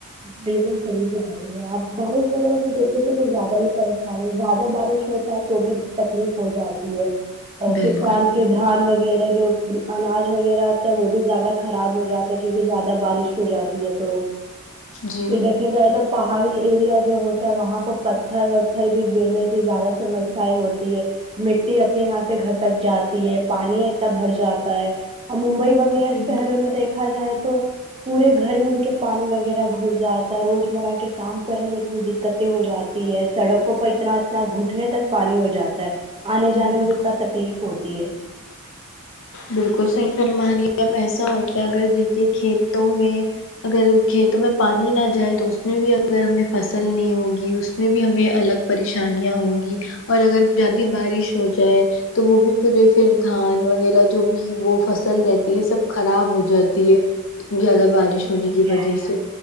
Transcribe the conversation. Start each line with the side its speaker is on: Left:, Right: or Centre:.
Right: بالکل صحیح کہہ رہی ہے آپ بارش وغیرہ سے دیکھے تھے تو زیادہ ہی پریشان ہو زیادہ بارش ہو تو بھی تکلیف ہو جاتی ہے اور
Left: بالکل
Right: کسان کے دھان وغیرہ جو اناج وغیرہ ہوتا ہے وہ بھی زیادہ خراب ہو جاتا ہے کیونکہ زیادہ بارش ہو جاتی ہے تو
Left: جی
Right: یہ دیکھا جائے تو پہاڑی ایریا جو ہوتا ہے وہاں پہ پتھر وتھر بھی گرنے کی زیادہ سمسیاے ہوتی ہے مٹی اپنے یہاں سے گھسک جاتی ہے پانی اتنا بھر جاتا ہے اور ممبئی وغیرہ
Left: بالکل
Right: شہروں میں دیکھا جائے تو پورے گھر میں ان کے پانی وغیرہ گھس جاتا ہے روز مرہ کے کام کرنے میں اتنی دقتیں ہو جاتی ہے سڑکوں پر اتنا نا گھٹنے تک پانی ہو جاتا ہے آنے جانے
Left: بالکل
Right: میں بھی اتنا تکلیف ہوتی ہے
Left: بالکل صحیح فرما رہی اب ایسا ہوتا ہے اگر دیکھیے کھیتوں میں اگر کھیتوں میں پانی نہ جائے تو اس میں بھی اگر ہمیں فصل نہیں ہوگی میں بھی الگ پریشانیاں ہوں گی اور اگر زیادہ بارش ہو جائے تو وہ بھی پورے پھر دھان وغیرہ جو بھی وہ فصل رہتی ہے سب خراب ہو جاتی ہے زیادہ بارش ہونے
Right: صحیح
Left: کی
Right: کہہ
Left: وجہ
Right: رہی
Left: سے